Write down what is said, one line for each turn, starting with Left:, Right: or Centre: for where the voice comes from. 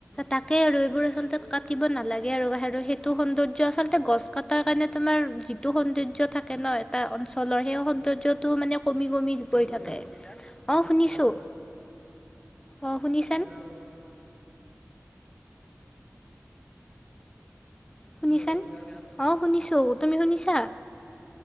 Left: তাকে আৰু এইবোৰ আচলতে কাটিব নাল লাগে আৰু সেইটো সৌন্দৰ্য আচলতে গছ কটাৰ কাৰণে তোমাৰ যিটো সৌন্দৰ্য্য থাকে ন, এটা অঞ্চলৰ সেই সৌন্দৰ্যটো মানে কমি কমি
Right: হেল্ল'
Left: গৈ
Right: শুনিছা
Left: থাকে। অ শুনিছো,
Right: হেল্ল'
Left: আহ।
Right: হেল্ল'
Left: শুনিছানে?
Right: হেল্ল' শুনিছা
Left: অ শুনিছো। তুমি শুনিছা?